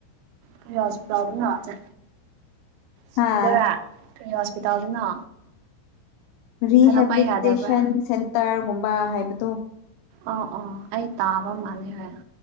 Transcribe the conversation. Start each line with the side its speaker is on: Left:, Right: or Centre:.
Right: ꯀꯔꯤ ꯍꯣꯁꯄꯤꯇꯥꯜꯗ ꯅꯥꯗꯦ ꯁꯤꯗꯣꯔꯥ
Left: ꯍꯥ
Right: ꯀꯔꯤ ꯍꯣꯁꯄꯤꯇꯥꯜꯗꯅꯣ
Left: ꯔꯤꯍꯦꯕꯤꯂꯤꯇꯦꯁꯟ
Right: ꯍꯥꯏꯗꯣꯛꯄ ꯌꯥꯗꯕ꯭ꯔꯥ
Left: ꯁꯦꯟꯇꯔꯒꯨꯝꯕ ꯍꯥꯏꯕꯗꯨ
Right: ꯑꯣ ꯑꯣ ꯑꯩ ꯇꯥꯕ ꯃꯥꯥꯟꯂꯦ ꯍꯣꯏꯕ